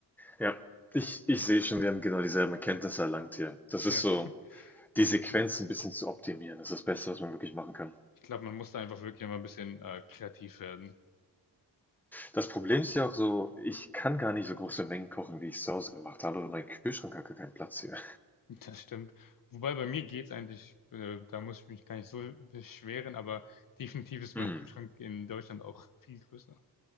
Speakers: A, in the centre; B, on the left.
A: ja. Ich ich sehe schon, wir haben genau dieselben Erkenntnisse erlangt hier. Das
B: Ja,
A: ist so
B: Hm.
A: die Sequenz ein bisschen zu optimieren, ist das Beste, was man wirklich machen kann.
B: Ich glaube, man muss da einfach wirklich mal ein bisschen äh, kreativ werden.
A: Das Problem ist ja auch so, ich kann gar nicht so große Mengen kochen, wie ich's zu Hause gemacht habe, weil mein Kühlschrank hat gar keinen Platz hier.
B: <laughs> Das stimmt. Wobei bei mir geht's eigentlich, äh, da muss ich mich gar nicht so beschweren, aber definitiv ist
A: Mhm.
B: mein Kühlschrank in Deutschland auch viel größer.